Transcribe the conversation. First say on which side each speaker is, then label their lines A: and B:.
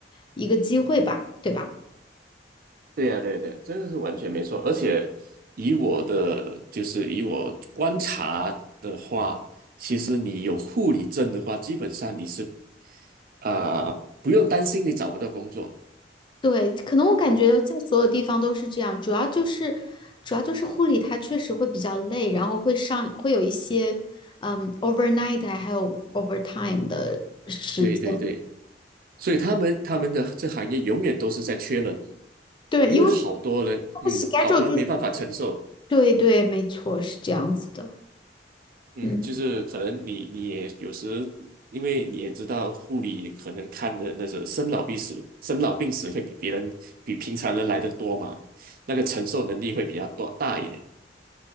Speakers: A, on the left; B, on the right.
A: 一个机会吧，对吧？
B: 对呀，对呀对呀，这个是完全没错。而且以我的就是以我观察的话，其实你有护理证的话，基本上你是呃不用担心你找不到工作。
A: 对，可能我感觉在所有地方都是这样，主要就是，主要就是护理它确实会比较累，然后会上会有一些，嗯，overnight 啊还有 overtime 的时间。
B: 对对对。所以他们他们的这行业永远都是在缺人，
A: 对，
B: 因为好多人，
A: 因为它的
B: 嗯，
A: schedule
B: 好多人没办法承受，
A: 就是，对对，没错，是这样子的。
B: 嗯，
A: 嗯。
B: 就是可能你你也有时，因为你也知道护理可能看的那种生老病死，生老病死会比别人比平常人来的多嘛，那个承受能力会比较多大一点，